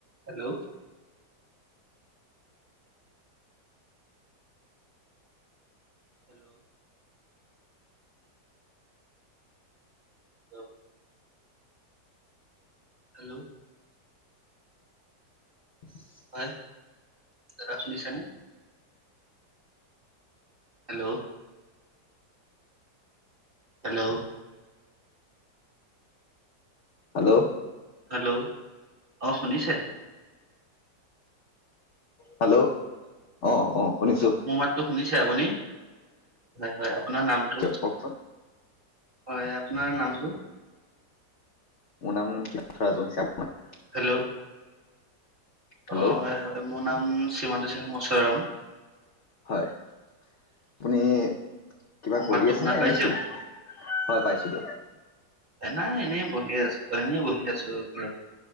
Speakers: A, on the right; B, on the left.
A: Hello. Hello. Hello hello.
B: <inaudible>
A: হয়। ৰা শুনি চানে? হেল্ল'। হেল্ল'।
B: Hello
A: hello. অ শুনিছে
B: হেল্ল, অহ অহ শুনিছোঁ।
A: মোৰ মাতটো শুনিছে আপুনি? হয় হয়। আপোনাৰ নামটো হয়
B: কওকচোন
A: আপোনাৰ নামটো
B: মোৰ নাম <unintelligible>
A: হেল্ল
B: হেল্ল'
A: অ হয় হয়। মোৰ নাম শ্ৰীমান্ত শ্বেখ মচ্বৰম।
B: হয়। আপুনি কিবা
A: মাতটো
B: কৰি আছেনে
A: শুনা পাইছে?
B: নে কি? হয় পাইছোঁ দিয়ক।
A: এ, নাই এনেই বহি আছোঁ, এনেই বহি আছোঁ আৰু ঘৰতে।